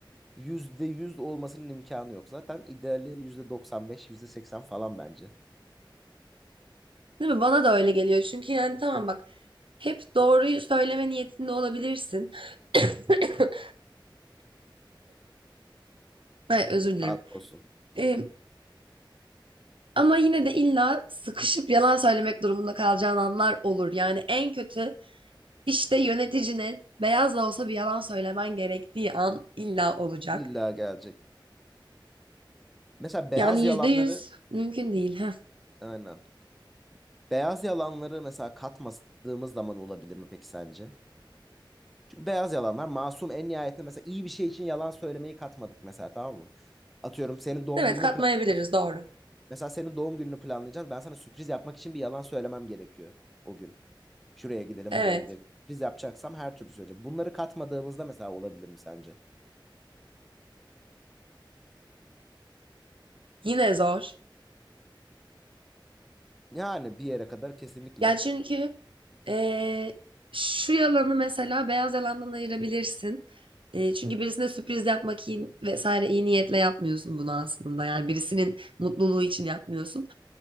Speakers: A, in the centre; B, on the right (about 80°).
A: yüzde yüz olmasının imkanı yok. Zaten ideali yüzde doksan beş, yüzde seksen falan bence.
B: Değil mi? Bana da öyle geliyor. Çünkü yani tamam bak, hep doğruyu söyleme niyetinde olabilirsin. <coughs> Ay, özür dilerim.
A: Sağlık olsun.
B: Ee, ama yine de illa sıkışıp yalan söylemek durumunda kalacağın anlar olur. Yani en kötü işte yöneticine beyaz da olsa bir yalan söylemen gerektiği an illa olacak.
A: İlla gelecek. Mesela beyaz
B: Yani
A: yalanları
B: yüzde yüz mümkün değil. <laughs>
A: aynen. Beyaz yalanları mesela katmadığımız zaman olabilir mi peki sence? Çünkü beyaz yalanlar masum en nihayetinde mesela iyi bir şey için yalan söylemeyi katmadık mesela tamam mı? Atıyorum senin doğum
B: Evet,
A: gününü
B: katmayabiliriz.
A: planlayacağız.
B: Doğru.
A: Mesela senin doğum gününü planlayacağız. Ben sana sürpriz yapmak için bir yalan söylemem gerekiyor o gün. Şuraya gidelim,
B: Evet,
A: buraya gidelim. Sürpriz yapacaksam her türlü söyleyeceğim. Bunları katmadığımızda mesela olabilir mi sence?
B: yine zor.
A: Yani bir yere kadar kesinlikle.
B: Yani çünkü eee, şu yalanı mesela beyaz yalandan ayırabilirsin. Eee, çünkü birisine sürpriz yapmak iyi, vesaire iyi niyetle yapmıyorsun bunu aslında. Yani birisinin mutluluğu için yapmıyorsun.